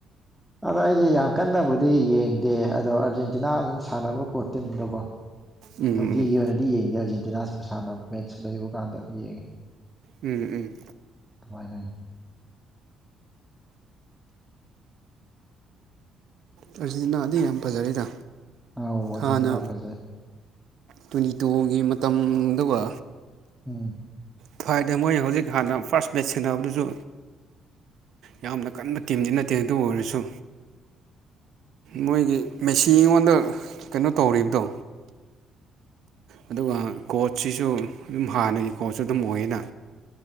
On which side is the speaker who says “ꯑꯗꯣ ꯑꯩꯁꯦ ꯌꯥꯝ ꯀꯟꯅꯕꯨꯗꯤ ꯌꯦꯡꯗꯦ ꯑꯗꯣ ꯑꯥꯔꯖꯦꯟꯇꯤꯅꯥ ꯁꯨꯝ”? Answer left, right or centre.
Centre